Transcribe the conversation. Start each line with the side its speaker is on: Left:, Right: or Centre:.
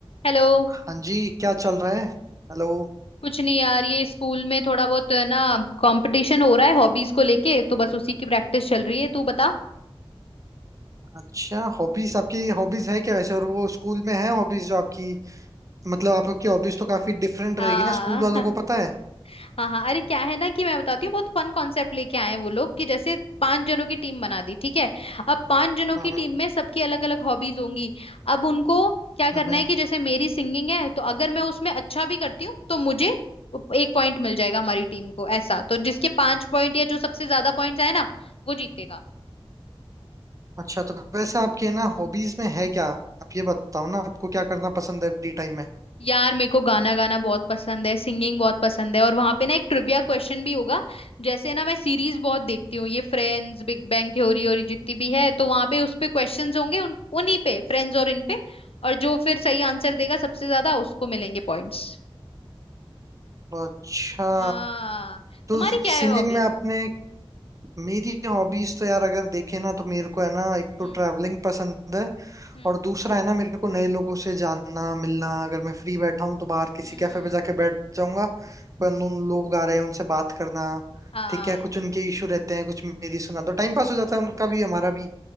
Left: Hello
Right: हाँ जी क्या चल रहा है हेलो
Left: कुछ नहीं यार ये स्कूल में थोड़ा बहुत ना कंपटीशन हो रहा है हॉबीज को लेके तो बस उसी की प्रैक्टिस चल रही है तू बता
Right: अच्छा हॉबीज आपकी हॉबीज है क्या वैसे और वो स्कूल में है हॉबीज जो आपकी मतलब आपकी हॉबीज तो काफी डिफरेंट
Left: हाँ
Right: रहेगी ना स्कूल वालों को
Left: <laughs>
Right: पता है
Left: हाँ हाँ अरे क्या है ना कि मैं बताती हूँ बहुत फन कॉन्सेप्ट लेके आए हैं वो लोग कि जैसे पांच जनों की टीम बना दी ठीक है अब पांच जनों
Right: हाँ
Left: की
Right: हाँ
Left: टीम में सबकी अलग अलग हॉबीज होंगी अब उनको क्या करना
Right: हाँ हाँ।
Left: है कि जैसे मेरी सिंगिंग है तो अगर मैं उसमें अच्छा भी करती हूँ तो मुझे एक पॉइंट मिल जाएगा हमारी टीम को ऐसा तो जिसके पांच पॉइंट या जो सबसे ज्यादा पॉइंट्स आए ना वो जीतेगा
Right: अच्छा तो वैसे आपके ना हॉबीज में है क्या आप ये बताओ ना आपको क्या करना पसंद है फ्री टाइम में
Left: यार मेरे को गाना गाना बहुत पसंद है सिंगिंग बहुत पसंद है और वहां पे ना एक ट्रिविया क्वेश्चन भी होगा जैसे ना मैं सीरीज बहुत देखती हूँ ये फ्रेंड्स बिग बैंग थ्योरी और ये जितनी भी है तो वहां पे उस पे क्वेश्चंस होंगे उन उन्हीं पे फ्रेंड्स और इन पे और जो फिर सही आंसर देगा सबसे ज्यादा उसको मिलेंगे पॉइंट्स
Right: अच्छा
Left: हाँ
Right: तो
Left: तुम्हारी
Right: सिंगिंग
Left: क्या है हॉबी
Right: में आपने मेरी हॉबीज तो यार अगर देखे ना तो मेरे को है ना एक
Left: हम्म
Right: तो ट्रैवलिंग पसंद है
Left: हम्म
Right: और दूसरा है ना मेरे को नए लोगों से जानना मिलना अगर मैं फ्री बैठा हूँ तो बाहर किसी
Left: हम्म
Right: कैफे पे जाके बैठ जाऊंगा पर उन लोग आ रहे हैं उनसे बात करना
Left: हाँ
Right: ठीक है कुछ
Left: यार
Right: उनके इशू रहते हैं कुछ मेरी सुना तो टाइम
Left: हम्म
Right: पास हो जाता है उनका भी हमारा भी